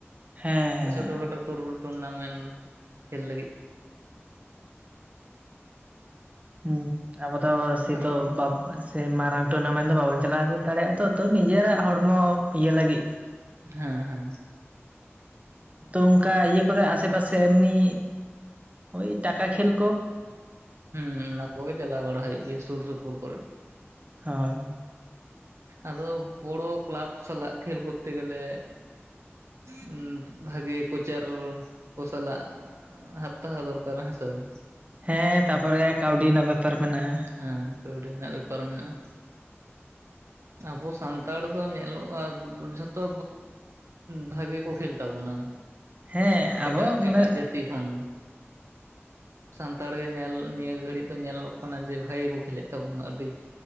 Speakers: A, on the right; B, on the right.
A: ᱦᱮᱸ ᱦᱮᱸ
B: ᱪᱷᱳᱴᱳ ᱠᱷᱟᱴᱳ ᱴᱩᱨ ᱴᱩᱨᱱᱟᱢᱮᱱᱴ ᱠᱷᱮᱞ ᱞᱟᱹᱜᱤᱫ ᱾
A: ᱦᱩᱸ, ᱟᱵᱚ ᱫᱚ ᱥᱮᱛᱚ
B: ᱟᱨ
A: ᱵᱟᱵ ᱥᱮᱭ, ᱢᱟᱨᱟᱝ ᱴᱩᱨᱱᱟᱢᱮᱱᱴ ᱫᱚ ᱵᱟᱵᱚᱱ, ᱪᱟᱞᱟᱣ ᱫᱟᱲᱮᱭᱟᱜᱼᱟ ᱾ ᱛᱚ, ᱛᱚ ᱱᱤᱡᱮᱨᱟᱜ ᱦᱚᱲᱢᱚ ᱤᱭᱟᱹ ᱞᱟᱹᱜᱤᱫ ᱾
B: ᱦᱮᱸ ᱦᱮᱸᱻ ᱾
A: ᱛᱚ, ᱚᱱᱠᱟ ᱤᱭᱟᱹ ᱠᱚᱨᱮ, ᱟᱥᱮ ᱯᱟᱥᱮ ᱮᱢᱱᱤ ᱳᱭ ᱴᱟᱠᱟ ᱠᱷᱮᱞ ᱠᱚ?
B: ᱦᱩᱸᱻ, ᱚᱱᱟ ᱠᱚᱜᱮ ᱪᱟᱞᱟᱣ ᱵᱟᱲᱟ ᱦᱩᱭᱩᱜ ᱜᱮᱭᱟ ᱾ᱥᱩᱨ ᱥᱩᱯᱩᱨ ᱠᱚᱨᱮ ᱾
A: ᱦᱳᱭ ᱾
B: ᱟᱫᱚ, ᱵᱚᱲᱚ ᱠᱞᱟᱵᱽ ᱥᱟᱞᱟᱜ ᱠᱷᱮᱞ ᱠᱚᱨᱛᱮ ᱜᱮᱞᱮ ᱦᱩᱸᱻ, ᱵᱷᱟᱜᱮ, ᱠᱚᱪᱟᱨ ᱠᱚ ᱥᱟᱞᱟᱜ ᱟᱼ ᱦᱟᱛ ᱛᱟᱦᱮᱸ ᱫᱚᱨᱠᱟᱨ, ᱦᱮᱸᱥᱮ ᱵᱟᱝ?
A: ᱦᱮᱸᱻ, ᱛᱟᱯᱚᱨᱮ ᱠᱟᱹᱣᱰᱤ ᱨᱮᱱᱟᱜ, ᱵᱮᱯᱟᱨ ᱢᱮᱱᱟᱜᱼᱟ ᱾
B: ᱦᱮᱸ ᱠᱟᱹᱣᱰᱤ ᱨᱮᱱᱟᱜ ᱵᱮᱯᱟᱨ ᱢᱮᱱᱟᱜᱼᱟ ᱟᱵᱚ ᱥᱟᱱᱛᱟᱲ ᱫᱚ ᱧᱮᱞᱚᱜᱼᱟ ᱡᱷᱚᱛᱚ ᱵᱷᱟᱜᱮ ᱠᱚ ᱠᱷᱮᱞ ᱛᱟᱵᱚᱸᱱᱟ
A: ᱦᱮᱸ ᱟᱵᱚ
B: ᱮᱴᱟᱜ
A: ᱢᱟᱱᱮ
B: ᱮᱴᱟᱜ ᱡᱟᱹᱛᱤ ᱠᱷᱚᱱ ᱫᱚ, ᱥᱟᱱᱛᱟᱲ ᱜᱮ ᱧᱮᱞ ᱱᱤᱭᱟᱹ ᱜᱷᱟᱹᱲᱤᱡ ᱫᱚ ᱧᱮᱞᱚᱜ ᱠᱟᱱᱟ ᱡᱮ ᱵᱷᱟᱜᱮ ᱠᱚ ᱠᱷᱮᱞᱮᱫ ᱛᱟᱵᱚᱱᱟ ᱟᱹᱰᱤ,